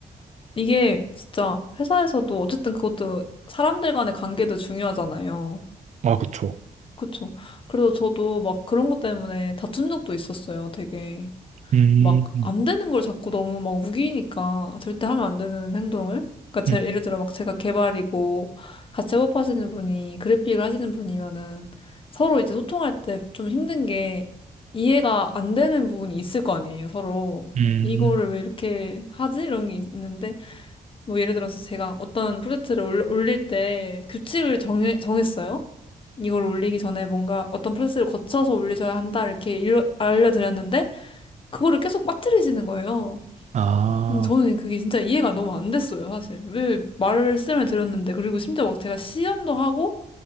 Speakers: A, on the left (about 40°); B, on the right (about 55°).
A: 이게 진짜 회사에서도 어쨌든 그것도 사람들 간의 관계도 중요하잖아요.
B: 아, 그쵸.
A: 그쵸. 그래서 저도 막 그런 것 때문에 다툰 적도 있었어요, 되게.
B: 음,
A: 막 안 되는 걸 자꾸 너무 막 우기니까 절대 하면 안 되는 행동을 그러니까 제,
B: 음,
A: 예를 들어 막 제가 개발이고 같이 협업하시는 분이 그래픽을 하시는 분이면은 서로 이제 소통할 때 좀 힘든 게 이해가 안 되는 부분이 있을 거 아니에요 서로
B: 음,
A: 이거를 왜 이렇게 하지? 이런 게 있- 는데 뭐 예를 들어서 제가 어떤 프로젝트를 올, 올릴 때 규칙을 정해, 정했어요 이걸 올리기 전에 뭔가 어떤 프로세스를 거쳐서 올리셔야 한다 이렇게 일러, 알려드렸는데 그거를 계속 빠뜨리시는 거예요.
B: 아,
A: 근데 저는 그게 진짜 이해가 너무 안 됐어요, 사실. 왜 말씀을 드렸는데, 그리고 심지어 막 제가 시연도 하고,